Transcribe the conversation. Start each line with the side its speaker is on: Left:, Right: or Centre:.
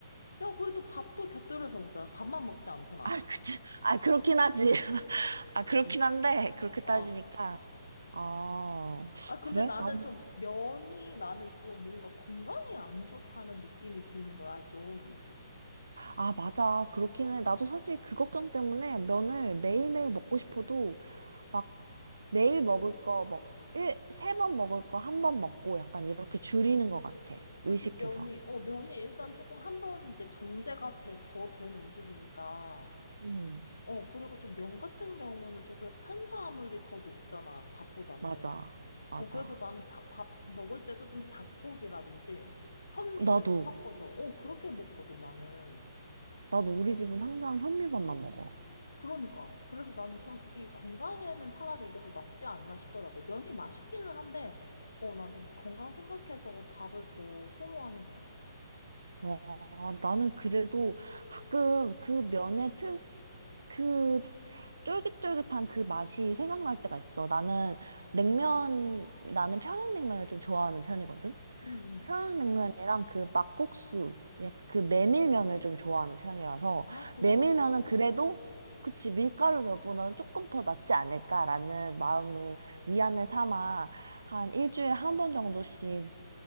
Left: 야, 그래도 밥도 곁들여서 먹잖아. 밥만 먹지 않잖아.
Right: 아, 그치. 아, 그렇긴 하지. <laughs> 아, 그렇긴 한데, 그렇게 따지니까.
Left: 어.
Right: 아,
Left: 아,
Right: 그래?
Left: 근데 나는
Right: 난,
Left: 좀 면이 나는 좀 뭔가 건강에 안 좋다는 느낌이 드는 거야, 좀.
Right: 아, 맞아. 그렇긴 해. 나도 사실 그 걱정 때문에 면을 매일매일 먹고 싶어도, 막, 매일 먹을 거, 뭐, 일, 세 번 먹을 거, 한 번 먹고, 약간 이렇게 줄이는 것 같아.
Left: 그치,
Right: 의식해서.
Left: 면이, 어, 면이 일단 조금 한번 이제 정제가 된, 더 된 음식이니까.
Right: 음,
Left: 어, 그리고 좀 면 같은 경우는 좀 그래서 탄수화물이 더 높잖아, 밥보다는.
Right: 맞아. 맞아.
Left: 어, 그래서 나는 자, 밥 먹을 때도 좀 잡곡이라든지 현미를
Right: 나도,
Left: 좀 섞어서, 어, 그렇게 먹거든, 나는.
Right: 나도 우리 집은 항상 현미밥만 먹어.
Left: 그러니까. 그래서 나는 참, 이게 건강에는 차라리 이게 더 낫지 않나 싶더라고. 면이 맛있기는 한데, 어, 난그 건강 생각해서 밥을 더 선호하는 것 같아.
Right: 와, 나는 그래도 가끔 그 면의 특, 그 쫄깃쫄깃한 그 맛이 생각날 때가 있어. 나는 냉면, 나는 평양냉면을 좀 좋아하는 편이거든?
Left: 응, 응.
Right: 평양냉면이랑 그 막국수, 약간 그 메밀면을 좀 좋아하는 편이라서,
Left: 아, 그거
Right: 메밀면은
Left: 맛있지.
Right: 그래도, 그치, 밀가루 면보다는 조금 더 낫지 않을까라는 마음을 위안을 삼아 한 일주일에 한 번 정도씩은